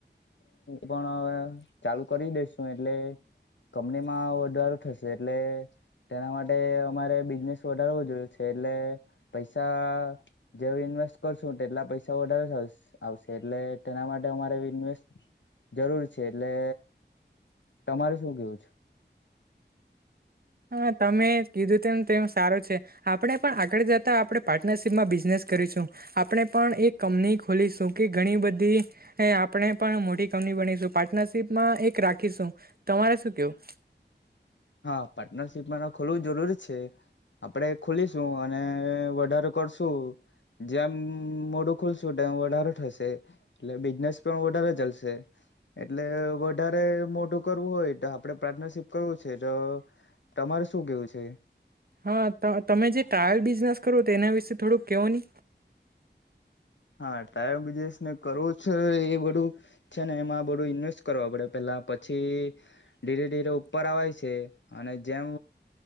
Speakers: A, on the left; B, on the right.
A: પણ હવે ચાલુ કરી દઈસું એટલે કંપનીમાં ઓર્ડર થશે એટલે તેના માટે અમારે બિઝનેસ વધારવો જોઈએ છે એટલે પૈસા જેવી ઇનવેસ્ટ કરશું એટલા પૈસા વધારે આવશે એટલે તેના માટે અમારે ઇન્વેસ્ટ જરૂર છે એટલે તમારું શું કેવું છે.
B: હા તમે કીધું તેમ તેમ સારો છે આપણે પણ આગળ જતા આપણે પાર્ટનરશિપમાં બિઝનેસ આપણે પણ એક કંપની ખોલીશું કે ઘણી બધી હ આપણે પણ મોટી કંપની બનીશું પાર્ટનરશીપમાં એક રાખીશું, તમારે શું કેવું
A: હા પાર્ટનરશીપ મા ખોલવું જરૂરી છે. છે આપડે ખુલીશું અને વધારો કરશું જેમ મોડું ખુલશું ટાઈમ વધારો થશે એટલે બિઝનેસ પણ વધારે ચાલશે એટલે વધારે મોટું કરવું હોય તો આપણે પાર્ટનરશીપ કરવું. છે તો તમારે શું કેવું છે
B: હા તમે જે ટાયર બિઝનેસ કરો. તેના વિશે થોડું કેવો નિ
A: હા ટાયર બિઝનેસને કરવું છે એ બધું છે ને એમાં બધું ઇન્વેસ્ટ કરવા પડે પેલા પછી ધીરે ધીરે ઉપર આવેય છે અને જેમ